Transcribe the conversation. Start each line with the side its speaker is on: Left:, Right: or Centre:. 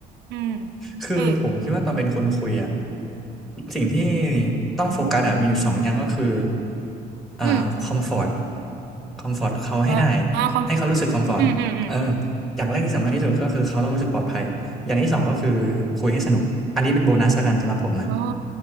Right: อืม
Centre: คือผมคิดว่าตอนเป็นคนคุยอ่ะ
Right: เออ
Centre: สิ่งที่ต้องโฟกัสอ่ะมีอยู่สองอย่างก็คืออ่าคอมฟอร์ต
Right: อืม
Centre: คอมฟอร์ตเขาให้ได้
Right: อ่าอ่าความ
Centre: ให้เขารู้สึกคอมฟอร์ตเออ
Right: อืมอืมอืม
Centre: อย่างแรกที่สำคัญที่สุดก็คือเขาต้องรู้สึกปลอดภัยอย่างที่สองก็คือคุยให้สนุกอันนี้เป็นโบนัสละกันสำหรับผมนะ
Right: อ๋อ